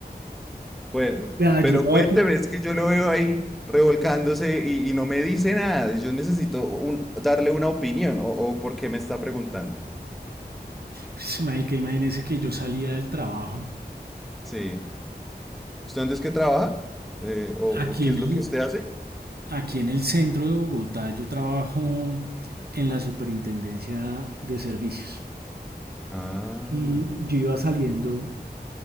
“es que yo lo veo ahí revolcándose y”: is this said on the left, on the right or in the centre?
Centre